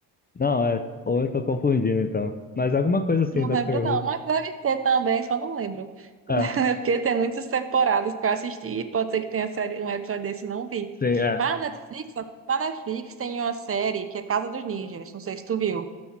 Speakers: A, on the left; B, on the right.
A: Não, é. Ou eu tô confundindo então. Mas alguma coisa assim,
B: Não
A: Doctor
B: lembro
A: Who.
B: não, mas deve ter também, só não lembro. <laughs>
A: Ah,
B: Porque tem muitas temporadas para assistir, pode ser que tenha série, um episódio desse, e não vi.
A: sim, é.
B: Mas na Netflix, na Netflix tem uma série que é Casa dos Ninjas, não sei se tu viu.